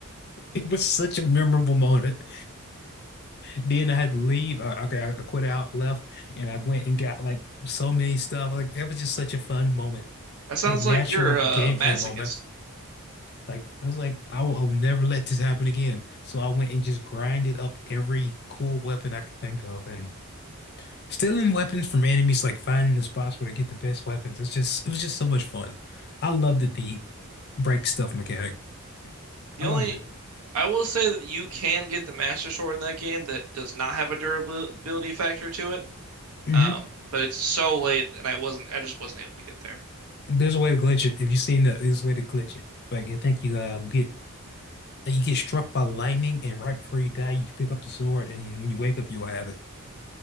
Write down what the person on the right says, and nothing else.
That sounds
like you're
a masochist.
The
only
I will say that you can get the Master Sword in that game that does not have a durability factor to it.
Um, but it's so late and I wasn't I just wasn't able to get there.